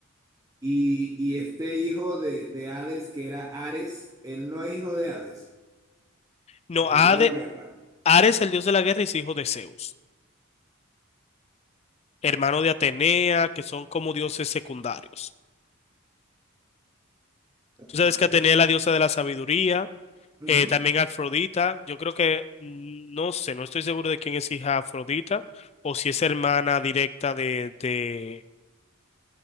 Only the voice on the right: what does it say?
Y, y este hijo de, de Hades, que era Ares, él no es hijo de Hades,
el
dios de la guerra.
¿Te interesa?
Ujú,